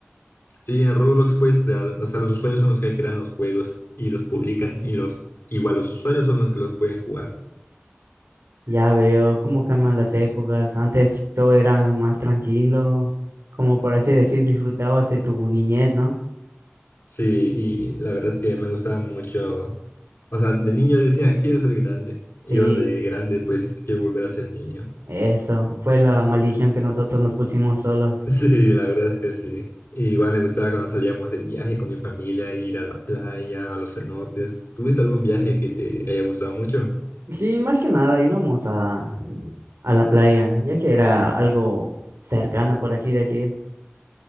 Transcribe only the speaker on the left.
Sí, en Roblox puedes crear, o sea, los usuarios son los que crean los juegos y los publican y los, igual los usuarios son los que los pueden jugar.
Sí, y la verdad es que me gustaba mucho. O sea, de niño decía, quiero ser grande.
Y ahora de grande, pues quiero volver a ser niño. <laughs>
Sí, la verdad es que sí. Y igual me gustaba cuando salíamos de viaje con mi familia, ir a la playa, a los cenotes. ¿Tuviste algún viaje que te haya gustado mucho?